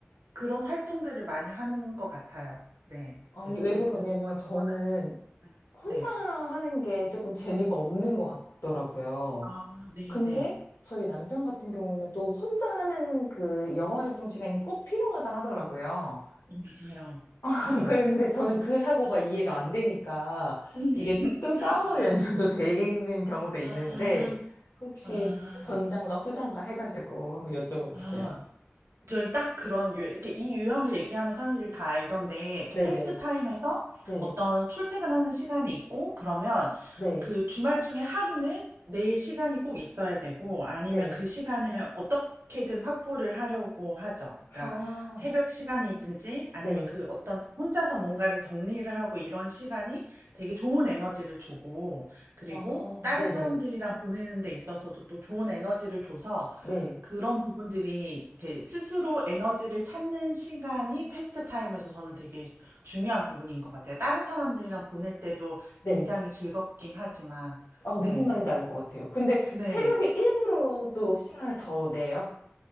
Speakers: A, on the right; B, on the left.
A: 그런 활동들을 많이 하는 것 같아요. 네.
B: 아니,
A: 이렇게
B: 왜
A: 운
B: 그러냐면
A: 운동을
B: 저는
A: 하거나 네.
B: 혼자
A: 네.
B: 하는 게 조금 재미가 없는 것 같더라고요.
A: 아 네네.
B: 근데 저희 남편 같은 경우는 또 혼자 하는 그 영어 활동 시간이 꼭 필요하다 하더라고요.
A: 어 맞아요.
B: <laughs>
A: 네.
B: 그런데 저는 그 사고가
A: 저는
B: 이해가 안 되니까
A: 음
B: 이게 또 싸움으로
A: 맞아요.
B: 연결도 되는 경우도 있는데
A: 아.
B: 혹시
A: 아.
B: 전장과 후장과 해가지고 한번 여쭤봐봤어요.
A: 아. 저희 딱 그런 유, 이렇게 이 유형을 얘기하면 사람들이 다 알던데 이렇게
B: 네네.
A: 패스트 타임에서
B: 네.
A: 어떤 출퇴근하는 시간이 있고 그러면
B: 네.
A: 그 주말 중에 하루는 내 시간이 꼭 있어야 되고 아니면
B: 네.
A: 그 시간을 어떻게든 확보를 하려고 하죠. 그러니까
B: 아,
A: 새벽 시간이든지 아니면
B: 네.
A: 그 어떤 혼자서 뭔가를 정리를 하고 이런 시간이 되게 좋은 에너지를 주고 그리고
B: 어,
A: 다른
B: 네네.
A: 사람들이랑 보내는 데 있어서도 또 좋은 에너지를 줘서
B: 네.
A: 그런 부분들이 이렇게 스스로 에너지를 찾는 시간이 패스트 타임에서 저는 되게 중요한 부분인 것 같아요. 다른 사람들이랑 보낼 때도
B: 네.
A: 굉장히 즐겁긴 하지만,
B: 아,
A: 네,
B: 무슨 말인지 알 것 같아요. 근데
A: 네,
B: 새벽에 일부러도 시간을 더 내요?